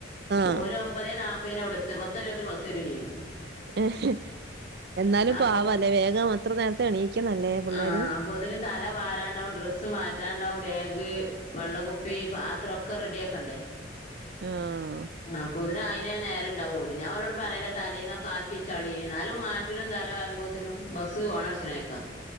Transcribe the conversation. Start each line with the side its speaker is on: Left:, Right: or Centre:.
Right: ആഹ്
Left: ഓരോ ഒമ്പതെ നാപ്പേനെവടുത്ത പത്തണിവുബോത്തിന് ബസ്സരേം ചെയ്യും
Right: <unintelligible> എന്നാലും
Left: അപ്പൊ
Right: പാവല്ലേ വേഗം അത്ര നേരത്തെ എണീക്ക്ണ് ല്ലേ പിള്ളേര്
Left: ആഹ് അപ്പോത്തിന് തല വാരാണ്ടാവും ഡ്രസ്സ് മാറ്റ റ്റാണ്ടാവ് ബാഗ് വെള്ളകുപ്പി പാത്രൊക്കെ റെഡിയാക്കണ്ടേ
Right: ആഹ്
Left: ആഹ് പൊ <unintelligible> അയിനേ നേരുണ്ടാവുള്ളൂ ഞാനോലോട് പറയല തലേന്നൊക്കെ ആക്കിവെച്ചാളി എന്നാലും മാറ്റിനും തല വാരുമ്പോത്തിനും ബസ് ഓണടിച്ചിനക്കാ